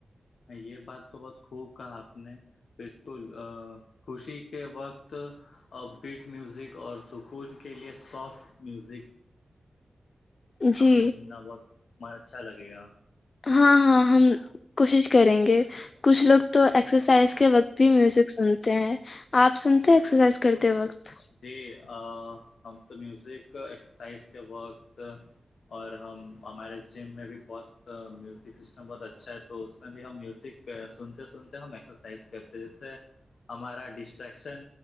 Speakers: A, on the left; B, on the left.
A: یہ بات تو بہت خوب کہا آپ نے بالکل ا خوشی کے وقت اپ بیٹ میوزک اور سکون کے لیے سافٹ میوزک
B: ہے جی
A: آپ کو سننا بہت اچھا لگے گا
B: ہاں ہاں ہم کوشش کریں گے کچھ لوگ تو ایکسرسائز کے وقت بھی میوزک سنتے ہیں آپ سنتے ہیں ایکسرسائز کرتے وقت
A: جی ہم تو میوزک ایکسرسائز کے وقت اور ہم ہمارے جم میں بھی بہت میوزک سسٹم بہت اچھا ہے تو اس میں بھی ہم میوزک سنتے سنتے ہم ایکسرسائز کرتے جیسے ہمارا ڈسٹریکشن